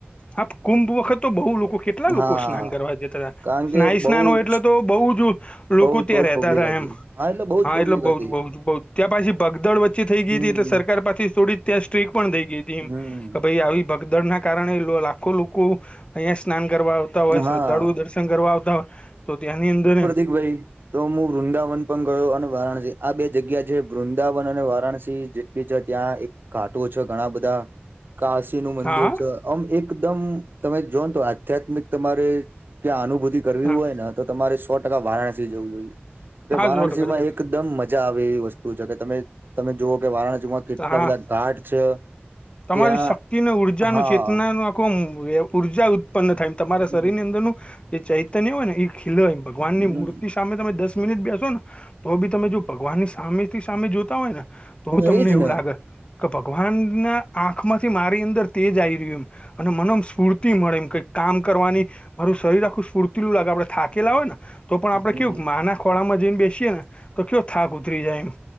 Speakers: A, on the left; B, on the right.
A: આ કુંભ વખત તો બહુ લોકો કેટલા લોકો
B: હા
A: સ્નાન કરવા જતા હતા.
B: કારણ કે
A: સ્નાયુ
B: બહુ
A: સ્નાન હોય એટલે
B: જ
A: તો બહુ જ લોકો
B: બહુ જ
A: ત્યાં
B: બહુ જ
A: રહેતા
B: પબ્લિક
A: હતા
B: હતી
A: એમ.
B: એટલે બહુ
A: હા
B: જ પબ્લિક
A: એટલે બઉુ
B: હતી
A: જ બહુ જ બઉ ત્યાં પાછી બગદડ વચ્ચે થઈ ગઈ
B: હમ
A: હતી એટલે સરકાર પાછી થોડી ત્યાં સ્ટ્રીક પણ થઈ ગઈ હતી એમ
B: હમ
A: કે ભાઈ આવી ભગદડ ના કારણે લાખો લોકો અહિયા સ્નાન કરવા આવ તા હોય
B: હા
A: શ્રદ્ધાળુઓ દર્શન કરવા આવતા હોય તો ત્યાંની અંદર
B: વઇ તો હું વૃંદાવન પણ ગયો અને વારાણસી આ બે જગ્યા છે વૃંદાવન અને વારાણસી જેટલી છે ત્યાં એ ઘાટો છે ઘણા બધા કાશી નું
A: હા
B: મંદિર છે આમ એકદમ તમે જોઓને તો આધ્યાત્મિક તમારે ક્યાં અનુભૂતિ કરવી
A: હા
B: હોય ને તો તમારે સો ટકા વારાણસી જવું જોઈએ કે
A: હા
B: વારાણસી
A: સો ટકા
B: માં એકદમ મજા આવે એવી વસ્તુ છે કે તમે તમે જુઓ કે વારાણ જેમાં કેટલા
A: હા
B: બધા <unintelligible>
A: તમારી
B: ત્યાં
A: શક્તિ ઉર્જા
B: હા
A: નું ચેતના નુ આખુ ઊર્જા ઉત્પન્ન થાય તમારા
B: હમ
A: શરીર ની અંદરનું જે ચૈતન્ય હોય ને એ ખીલે ભગવાનની
B: હમ
A: મૂર્તિ સામે તમે દસ મિનિટ બેસો ને તો બી તમે જો ભગવાનની સામે થી સામે જોતા હોય ને તો તમને
B: એજ
A: એવું
B: ને
A: લાગે કે ભગવાન ના આંખમાંથી મારી અંદર તેજ આવી એમ. અને મનોમ સ્ફૂર્તિ મળે એમ કઈ કામ કરવાની. મારું શરીર આખું સ્ફૂર્તિલું લાગે આપડે થાકેલા હોય ને તો પણ
B: હમ
A: આપણે કેવું મા ના ખોળામાં જઈને બેસીએે ને તો કેયો થાક ઉતરી જાય એમ.